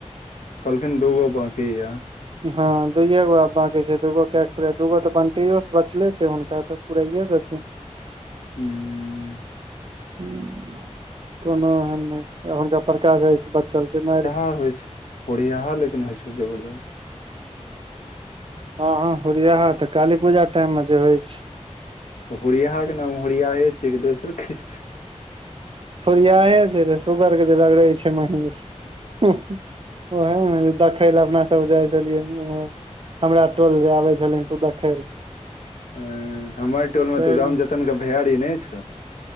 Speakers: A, on the left; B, on the right.
A: कहलखिन दूगो बाँकी या
B: हँ दुयए गो आब बाँकी छै दूगो कए के पू दूगो तऽ बंटैयो से बचले छै हुनका तऽ पूरायो देथिन <inaudible>
A: हूँ
B: हु कोनो एहन नै छै हुनका प्रकाश भाईजी स बचल छै हुनका मैर
A: <unintelligible> छैय ओरियाहा लेकिन होइ छै जबरदस्त
B: हँ हँ होरियाहा तऽ काली पूजा टाइम मे जे होइ छै
A: तऽ होरियाहा के नाम होरियाहे छै कि दोसर किछ छैय
B: होरियाहे छै सुगर के जे रगड़ै छै महींष <unintelligible> देखै लए अपना सब जाइ छलियै उ ओमहर हमरा टोल जे आबै छलहीन तू देखै ला
A: अ हमर टोल मे तो
B: हूँ
A: राम जतनके भैयरी नै छौ